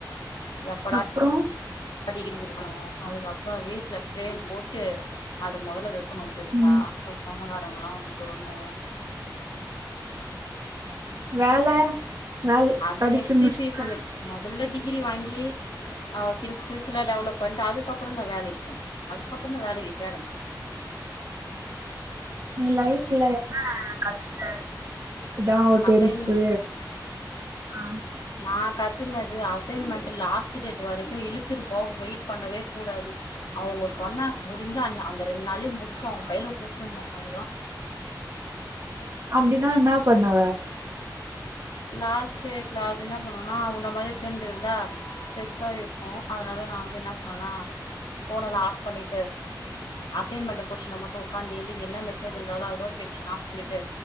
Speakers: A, on the left; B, on the right.
A: எப்படா
B: அப்றோ
A: டிகிரி குடுக்கணு அதுக்கப்றோ வீட்ல பிரேம் போட்டு அத மொதல்ல வெக் வெக்கணு பெருச
B: ம்
A: அப்றோ சொந்தகாரங்கள்லா வந்து சொல்லணு
B: வேல வேல்
A: அது
B: படிச்சு
A: நெக்ஸ்ட்
B: முடிச்சுட்டா
A: சீசனு மொதல்ல டிகிரி வாங்கி ஆ ஸ்கில் ஸ்கில்ஸ்லா டெவலப் பண்ணிட்டு அதுக்கப்புறம் தா வேலைக்கு போனோ அதுக்கப்புறம் தா வேலைய தேடணு
B: நீ லைஃப்ல என்ன கத்துக்கிட்ட இதா ஒ பெரிசு
A: அசைன்
B: ஆ
A: நா கத்துக்கனுது அசைன்மெண்ட் லாஸ்ட் டேட் வரைக்கு இழுத்துட்டு போக வெயிட் பண்ணவே கூடாது அவங்க சொன்னா முடிஞ்சா அந் அந்த ரெண் நாள்ளயே முடிச்சு அவங்க கையில குத்துணு அதுதான்
B: அப்டின்னா என்னா பண்ணுவ
A: லாஸ்ட் டேட்ல அது என்ன பண்ணுனா உன்ன மாரி ஃப்ரெண்ட் இருந்தா ஸ்ட்ரெஸ்ஸா இருக்கு அதனால நா வந்து என்னா பண்ணனா போன் எல்லா ஆஃப் பண்ணிட்டு அசைன்மெண்ட் கொச்சின மட்டு உக்காந்து எழுதி என்ன மெசேஜ் வந்தாலு அது நோட்டிபிகேஷன் ஆப் பண்ணிட்டு